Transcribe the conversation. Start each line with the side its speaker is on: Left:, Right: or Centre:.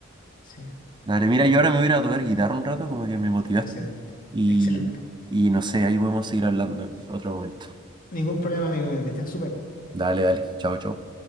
Left: sí.
Right: Dale, mira, yo ahora me voy a ir a tocar guitarra un rato, como que me motivaste.
Left: Excelente,
Right: Y,
Left: excelente.
Right: y no sé, ahí podemos seguir hablando en otro momento.
Left: Ningún problema, amigo mío, que estés súper.
Right: Dale, dale. Chao, chao.